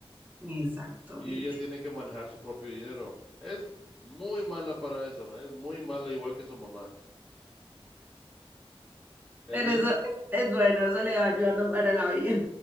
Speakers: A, on the right; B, in the centre.
A: Exactamente.
B: y ella tiene que manejar su propio dinero. Es muy mala para eso, es muy mala, igual que su mamá. El
A: Pero
B: mismo,
A: eso, eso es bueno, eso le va ayudando para la vida.